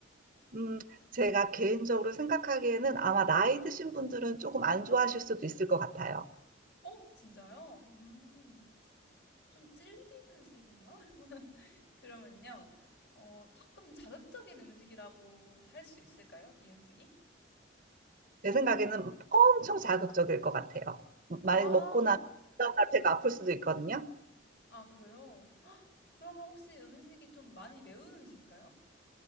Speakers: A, on the right; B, on the left.
A: 음, 제가 개인적으로 생각하기에는 아마 나이 드신 분들은 조금 안 좋아하실 수도 있을 것 같아요.
B: 어, 진짜요? 음, 좀 질긴 음식인가? 그러면요, 어, 조금 자극적인 음식이라고 할 수 있을까요? 이 음식이?
A: 제 생각에는 엄청 자극적일 것 같아요. 음,
B: 아,
A: 만약에 먹고 나면 그 다음날 배가 아플 수도 있거든요.
B: 아, 그래요? 그러면 혹시 음식이 좀 많이 매운 음식인가요?